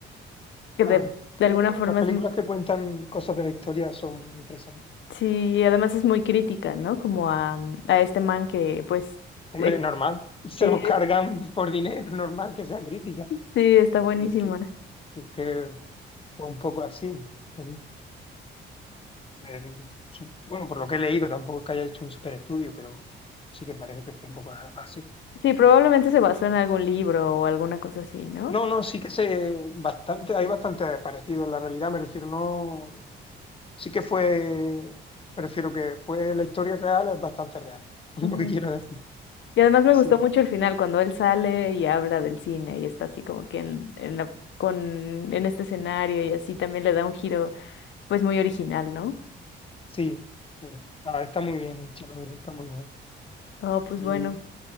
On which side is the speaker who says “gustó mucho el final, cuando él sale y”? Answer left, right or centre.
Left